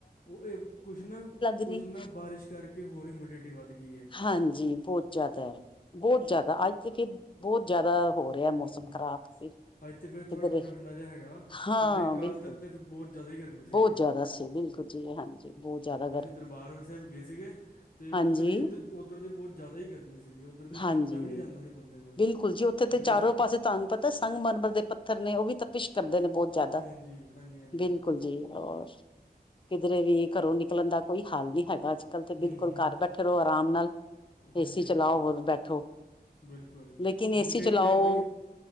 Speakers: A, on the left; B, on the left.
A: ਓ ਏ ਕੁਛ ਨਾ
B: ਰਹੀ
A: ਕੁਛ ਨਾ ਬਾਰਿਸ਼ ਕਾਰਕੇ ਹੋਰ ਹਯੂਮਿਡਿਟੀ ਵੱਦ ਗੀ ਏ।
B: ਹਾਂਜੀ ਬੋਤ ਜਾਦਾ ਏ, ਬੋਤ ਜਾਦਾ ਆੱਜ <unintelligible> ਬੋਤ ਜਾਦਾ ਹੋ ਰੇਐ
A: ਹੂੰ
B: ਮੌਸਮ
A: ਹੂੰ
B: ਖਰਾਬ ਫੇਰ
A: ਅੱਜ ਤੇ ਫਿਰ ਥੋੜਾ
B: ਕਿਦਰੇ,
A: ਠੰਡਾ ਠੰਡਾ ਜਿਹਾ ਹੈਗਾ
B: ਹਾਂ
A: ਨਹੀਂ ਤੇ ਕੱਲ
B: ਬਿਲ
A: ਤੱਕ ਤੇ ਫਿਰ ਬਹੁਤ ਜ਼ਿਆਦਾ ਹੀ ਗਰਮੀ ਸੀਗੀ
B: ਬੋਤ ਜਾਦਾ ਸੀ ਬਿਲਕੁਲ ਜੀ ਹਾਂਜੀ ਬੋਤ ਜਾਦਾ
A: ਅਸੀਂ ਦਰਬਾਰ ਸਾਹਿਬ ਗਏ ਸੀਗੇ ਤੇ ਉੱਧਰ
B: ਹਾਂਜੀ
A: ਹੀ ਉੱਧਰ-ਉੱਧਰ ਤਾਂ ਬੌਤ ਜਾਦਾ ਹੀ ਗਰਮੀ ਸੀ। ਉਧਰ ਤੇ
B: ਹਾਂਜੀ
A: ਖਲੋਤਾ ਵੀ ਨਹੀਂ ਜਾਂਦਾ ਬੰਦੇ ਕੋਲ
B: ਬਿਲਕੁਲ ਜੀ ਉੱਥੇ ਤੇ
A: ਜਿਹੜੇ
B: ਚਾਰੋਂ
A: ਸਾ
B: ਪਾਸੇ ਤੁਹਾਨੂੰ ਪਤਾ ਸੰਗ ਮਰਮਰ ਦੇ ਪਤ ਪੱਥਰ ਨੇ ਉਹ ਵੀ ਤਾਂਪਿਸ਼ ਕਰਦੇ ਨੇ ਬੌਤ ਜਾਦਾ।
A: ਜੀ ਹਾਂਜੀ ਹਜੀ
B: ਬਿਲਕੁਲ ਜੀ ਔਰ ਕਿਧਰੇ ਵੀ ਘਰੋਂ ਨਿਕਲਣ ਦਾ ਕੋਈ ਹਾਲ ਨੀ ਹੈਗਾ ਅੱਜ ਕੱਲ ਤੇ
A: ਹੂੰ
B: ਬਿਲਕੁਲ
A: ਹੂੰ
B: ਘਰ ਬੈਠੇ ਰਹੋ ਆਰਾਮ ਨਾਲ।
A: ਹਾਂਜੀ
B: ਏਸੀ ਚਲਾਓ
A: ਹਾਂਜੀ
B: ਔਰ ਬੈਠੋ
A: ਬਿਲਕੁਲ
B: ਲੇਕਿਨ ਏਸੀ
A: ਹੁਣ ਕਹਿੰਦੇ
B: ਚਲਾਓ
A: ਆ ਬਈ